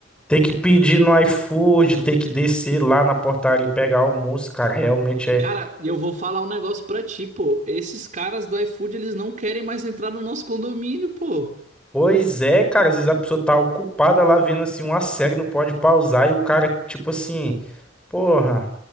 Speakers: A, in the centre; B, on the right.
A: ter que pedir no iFood, ter que descer lá na portaria e pegar almoço, cara, realmente é.
B: Cara, e eu vou falar um negócio pra ti, pô. Esses caras do iFood, eles não querem mais entrar no nosso condomínio, pô.
A: Pois é, cara, às vezes a pessoa tá ocupada lá vendo assim uma série, não pode pausar, e o cara, tipo assim, porra,